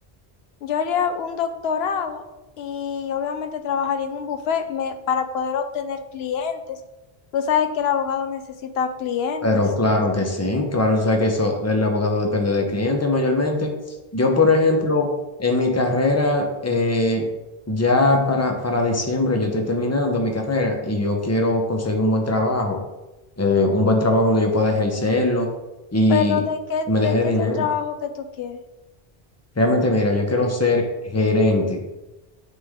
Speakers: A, on the left (about 80°); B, on the left (about 15°).
A: yo haría un doctorado y obviamente trabajaría en un bufete me- para poder obtener clientes. Tú sabes que el abogado necesita clientes.
B: Pero claro que sí, claro, tú sabes que eso del abogado depende del cliente mayormente. Yo, por ejemplo, en mi carrera, eh, ya para, para diciembre yo estoy terminando mi carrera y yo quiero conseguir un buen trabajo, eh, un buen trabajo donde yo pueda ejercerlo y
A: Pero ¿de qué,
B: me
A: de
B: deje
A: qué
B: dinero.
A: es el trabajo que tú quieres?
B: Realmente, mira, yo quiero ser gerente